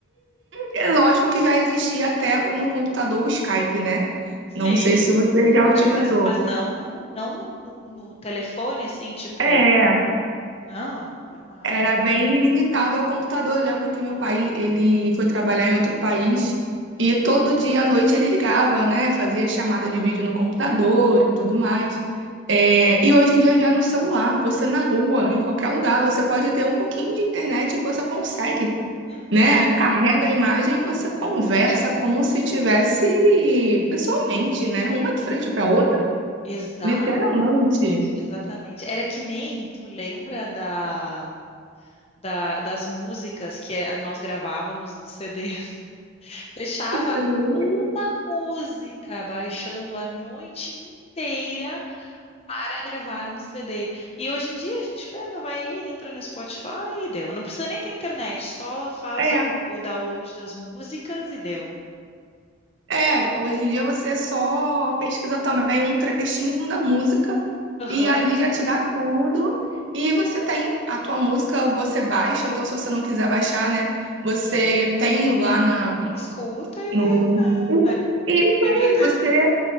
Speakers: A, on the right; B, on the left.
A: É lógico que já existia até o- no computador o Skype, né?
B: Sim.
A: Não sei se você já utilizou.
B: Não, mas, mas não no, não no, no, no telefone, assim, tipo,
A: É,
B: não, jamais.
A: era bem limitado ao computador. Eu lembro que meu pai, ele foi trabalhar em outro país e todo dia à noite ele ligava, né? Fazia chamada de vídeo no computador e tudo mais. É, e hoje em dia já é no celular, você na rua, em qualquer lugar, você pode ter um pouquinho de internet que você consegue.
B: Uhum.
A: né? Carrega a imagem e você conversa como se tivesse pessoalmente, né? Uma de frente
B: E-
A: para a outra,
B: Exatamente,
A: literalmente.
B: exatamente. Era que nem, tu lembra da da- das músicas que eh, nós gravávamos no CD. <laughs> Deixava
A: Sim.
B: uma música baixando a noite inteira para gravar no CD. E hoje em dia a gente pega, vai ali, entra no Spotify e deu. Não precisa nem ter internet, só faz
A: É,
B: o, o download das músicas e deu.
A: é, hoje em dia você só pesquisa também um trechinho da música
B: Aham,
A: e ali já te dá tudo. E você tem a tua música, você baixa, ou então se você não quiser baixar, né? Você tem lá na,
B: Escuta e
A: no.
B: deu né, na
A: Isso
B: na biblioteca.
A: aí, você